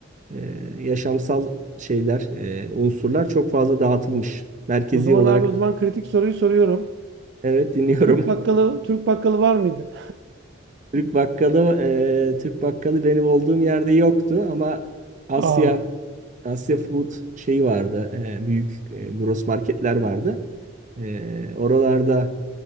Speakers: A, on the right; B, on the right.
A: e, yaşamsal şeyler, e, unsurlar çok fazla dağıtılmış. Merkezi
B: O zaman
A: olarak.
B: abi o zaman kritik soruyu soruyorum.
A: Evet dinliyorum.
B: Türk bakkalı
A: <laughs>
B: Türk bakkalı var mıydı?
A: Türk bakkalı, e, Türk bakkalı benim olduğum yerde yoktu ama Asya
B: <laughs> Aa.
A: Asya Food şeyi vardı. e, büyük e, gross marketler vardı. E, oralarda